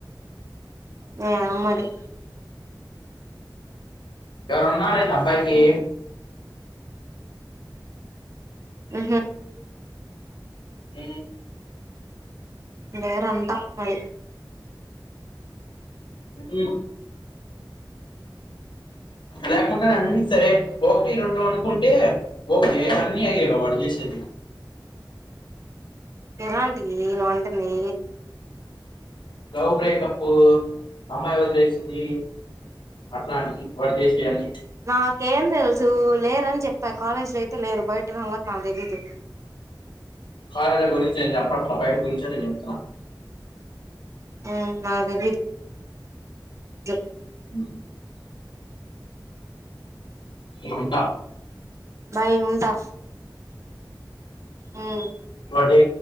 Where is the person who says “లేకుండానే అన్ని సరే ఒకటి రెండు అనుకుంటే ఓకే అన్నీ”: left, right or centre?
Left